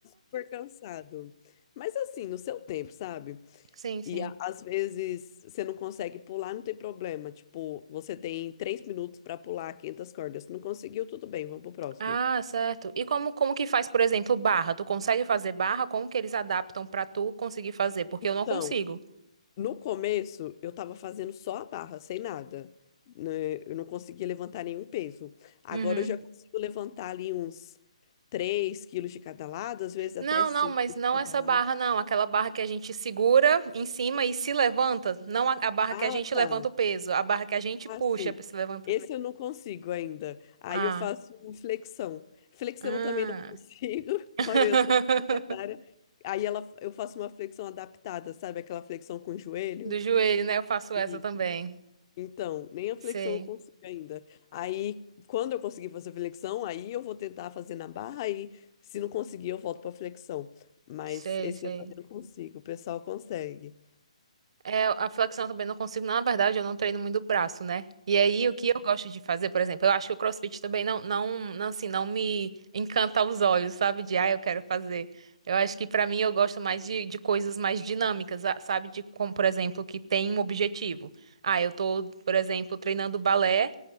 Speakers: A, on the left; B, on the right.
A: super cansado. Mas, assim, no seu tempo, sabe?
B: Sim, sim.
A: E a- às vezes você não consegue pular, não tem problema. Tipo, você tem três minutos para pular 500 cordas. Se não conseguiu, tudo bem, vamos pro próximo.
B: Ah, certo. E como como que faz, por exemplo, barra? Tu consegue fazer barra? Como que eles adaptam pra tu conseguir fazer? Porque
A: Então,
B: eu não consigo.
A: No começo, eu tava fazendo só a barra, sem nada. né? Eu não conseguia levantar nenhum peso. Agora
B: Uhum.
A: eu já consigo levantar ali uns 3 quilos de cada lado, às vezes até
B: Não,
A: 5
B: não, mas
A: de
B: não
A: cada
B: essa
A: lado.
B: barra, não. Aquela barra que a gente segura em cima e se levanta. Não a, a barra
A: Ah,
B: que a gente
A: tá.
B: levanta o peso, a barra que a gente puxa
A: Assim,
B: pra se levanta.
A: esse eu não consigo ainda. Aí
B: Ah.
A: eu faço flexão. Flexão
B: Ah.
A: eu também não consigo. <laughs>
B: <laughs>
A: Olha, eu sou sedentária. Aí ela, eu faço uma flexão adaptada, sabe? Aquela flexão com o joelho.
B: Do joelho, né? Eu faço essa
A: Isso.
B: também.
A: Então, nem a flexão
B: Sei,
A: eu consigo ainda. Aí, quando eu conseguir fazer flexão, aí eu vou tentar fazer na barra e se não conseguir, eu volto para flexão. Mas
B: sei,
A: esse
B: sei.
A: eu também não consigo, o pessoal consegue.
B: É, a flexão eu também não consigo, na verdade, eu não treino muito o braço, né? E aí, o que eu gosto de fazer, por exemplo, eu acho que o CrossFit também não, não, não, assim, não me encanta aos olhos, sabe? De, ah, eu quero fazer. Eu acho que pra mim eu gosto mais de, de coisas mais dinâmicas, a- sabe? De como, por exemplo, que tem um objetivo. Ah, eu tô, por exemplo, treinando balé.